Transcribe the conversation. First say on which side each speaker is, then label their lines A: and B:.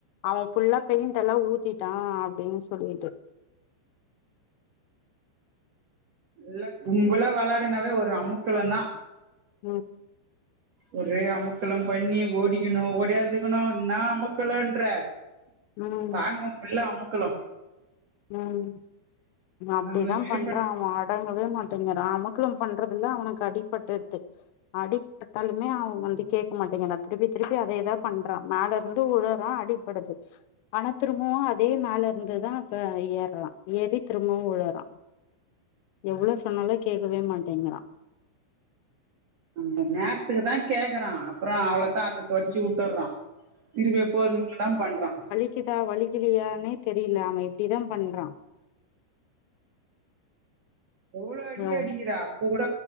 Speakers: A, on the left (about 80°); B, on the right (about 75°).
A: அவ ஃபுல்லா பெயிண்ட்ல்லா ஊத்திட்டா அப்படின்னு சொல்லிட்டு
B: இல்ல கும்புல்லா விளாடினாவே ஒரு அமுக்களந்தா
A: ம்
B: ஒரே அமக்கல்லாம் பண்ணி ஓடிக்கிணு ஓடியாந்துக்கணு என்ன அமக்கலன்ற
A: ம்
B: தாங்க முல்ல அமுக்கலோ
A: ம் அப்படிதா
B: அந்த மாரி
A: பண்றா அவ அடங்கவே மாட்டேங்காரா அமுகலோ பண்றதுல்ல அவனுக்கு அடிபட்டுது அடி பட்டாலுமே அவங்க வந்து கேட்க மாட்டீங்குறா திருப்பி திருப்பி அதேதா பண்றா மேலருந்து உழுறா அடிப் படுது ஆனா திரும்புவு அதே மேலருந்துதா க ஏறுரா ஏறி திரும்பவு உழுறா எவ்ளோவு சொன்னாலு கேட்கவே மாட்டேங்குறா
B: அந்த நேரத்துக்கு தா கேக்குறா அப்புறோ அவ்ளோதா தெடச்சு
A: ம்
B: உட்டர்றா திரும்ப எப்போது போலதா பண்றா
A: வலிக்கிதா வழிகலையானே தெரியல அவ இப்படிதா பண்றா
B: எவ்ளோ அடி
A: ம்
B: அடிக்கிற அப்ப கூட